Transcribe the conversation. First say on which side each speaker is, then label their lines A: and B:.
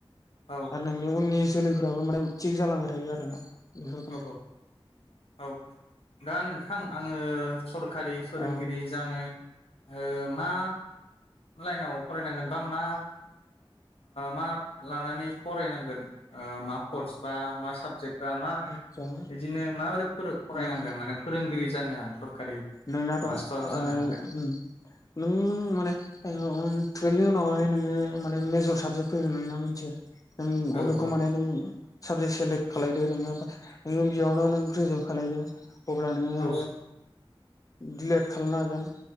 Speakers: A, on the left; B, on the left.
A: औ
B: आरो नोंनि उननि जोलैफ्राबो माने थिग जालांबाय थायो आरोना बेफोरखौनो
A: औ औ औ दा नोंथां आंङो सरखारि फोरोंगिरि
B: औ
A: जानो ओ मा लाइनाव फरायनांगोन बा मा मा लानानै फरायनांगोन ओ मा कर्स बा मा साबजेक्ट बा मा
B: <unintelligible> ओम
A: बिदिनो माबोरै फोर फरायनांगोन
B: ओम
A: माने फोरोंगिरि जानो आं सरखारि
B: नोंनाथ' ओ
A: मास्टार जानो थाखाय
B: नों माने टुवेल्वनि उनाव हाय नोङो माने मेजर साबजेक्ट फैगोन नोंना मोनसे नों
A: औ
B: अबेखौ माने नों साबजेक्ट सेलेक्ट खालायदो नोङो‌बा नोङो बेयावनो नों ग्रेजुवेट खालायदो अब्ला नोङो
A: औ
B: दिलेट खालामनो हागोन